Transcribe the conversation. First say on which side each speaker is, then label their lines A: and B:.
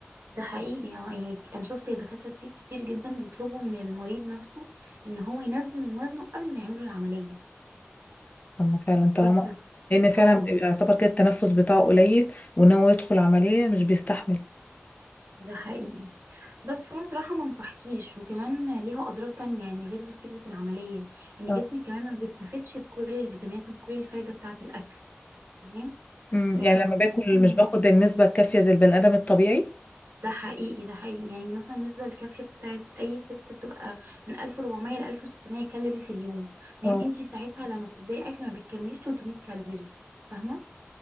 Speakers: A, on the right; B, on the left.
A: ده حقيقي يعني أنا شفت دكاترة كتير كتير جدا بيطلبوا من المريض نفسه إن هو ينزل من وزنه قبل ما يعملوا العملية
B: أما فعلا طالما
A: بس ف-
B: لأن فعلا
A: اه
B: بيبقى يعتبر كده التنفس بتاعه قليل وإن هو يدخل عملية مش بيستحمل
A: ده حقيقي بس فانا صراحه ما انصحكيش وكمان ليها اضرار تانية يعني غير فكره العمليه ان
B: اه
A: جسمك كمان ما بيستفدش بكل الفيتامينات وبكل الفايده بتاعه الاكل تمام
B: امم
A: آه
B: يعني لما
A: خصوصا
B: باكل مش باخد النسبة الكافية زي البني آدم الطبيعي
A: ده حقيقي ده حقيقي يعني مثلا النسبة الكافية بتاعت أي ست بتبقى من 1400 ل 1600 كالوري في اليوم يعني
B: اه
A: انتي ساعتها لما بتبدأي أكل ما بتكمليش 300 كالوري فاهمة